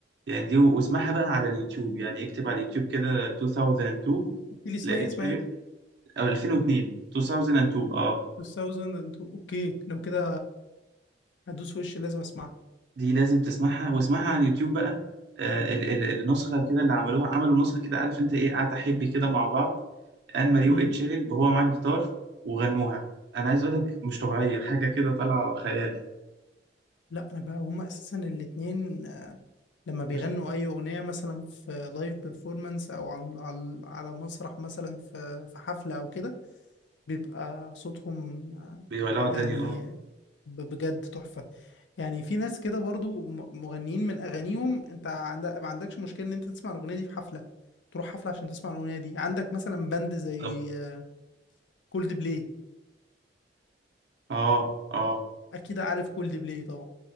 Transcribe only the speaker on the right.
يعني دي واسمعها بقى على اليوتيوب يعني اكتب على اليوتيوب كده 2002
لقيت
شريط
او 2002 2002 اه
دي لازم تسمعها واسمعها على اليوتيوب بقى آه ال ال النسخه كده اللي عملوها عملوا نسخه كده عارف انت ايه قعدة حبي كده مع بعض ان ماري
وايد شيرين وهو معاه الجيتار وغنوها انا عايز اقول لك مش طبيعيه حاجه كده طالعه خيال
مش طبيعيه
بيولعوا الدنيا
اه
بالظبط
اه اه